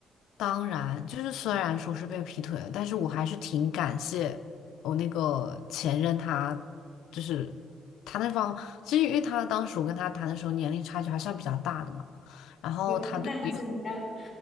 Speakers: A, on the left; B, on the left.
A: 当然，就是虽然说是被劈腿了，但是我还是挺感谢我那个前任他，就是他那方，其实因为他当时我跟他谈的时候年龄差距还算比较大的嘛，然后他对我也很
B: 我他大还是你大？